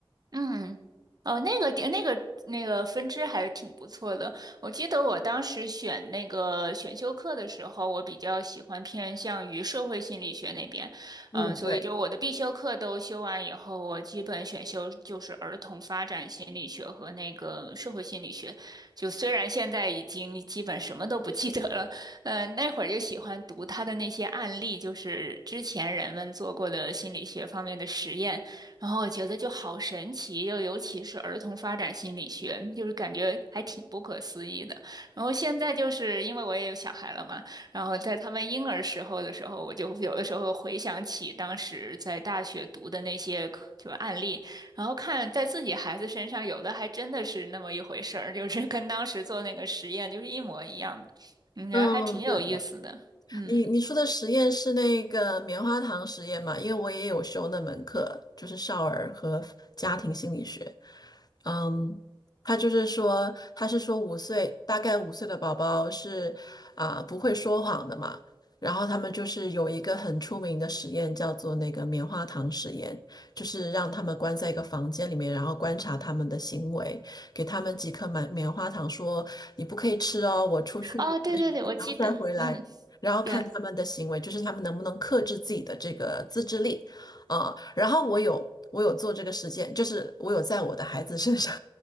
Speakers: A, on the right (about 45°); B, on the left (about 45°).
A: 嗯，哦，那个点，那个那个分支还是挺不错的。我记得我当时选那个选修课的时候，我比较喜欢偏向于社会心理学那边，
B: 嗯，
A: 嗯，所以就我的必修课都修完以后，
B: 对，
A: 我基本选修就是儿童发展心理学和那个社会心理学。就虽然现在已经基本什么都不记得了，嗯，那会儿就喜欢读他的那些案例，就是之前人们做过的心理学方面的实验。然后我觉得就好神奇，又尤其是儿童发展心理学，就是感觉还挺不可思议的。然后现在就是因为我也有小孩了嘛，然后在他们婴儿时候的时候，我就有的时候回想起当时在大学读的那些课就案例，然后看在自己孩子身上，有的还真的是那么一回事儿，就是跟当时做那个实验就是一模一样的，嗯，
B: 嗯，
A: 觉得还挺有意思的。
B: 对的
A: 嗯，
B: 你你说的实验是那个棉花糖实验嘛？因为我也有修那门课，就是少儿和家庭心理学。嗯，他就是说，他是说五岁，大概五岁的宝宝是啊、不会说谎的嘛。然后他们就是有一个很出名的实验，叫做那个棉花糖实验，就是让他们关在一个房间里面，然后观察他们的行为，给他们几颗棉棉花糖，说你不可以吃哦，我出去一段时间，
A: 哦，对对对，我记得，
B: 然后再回来。
A: 嗯，
B: 然后看他们的行为，
A: 对，
B: 就是他们能不能克制自己的这个自制力，啊、然后我有我有做这个实践，就是我有在我的孩子身上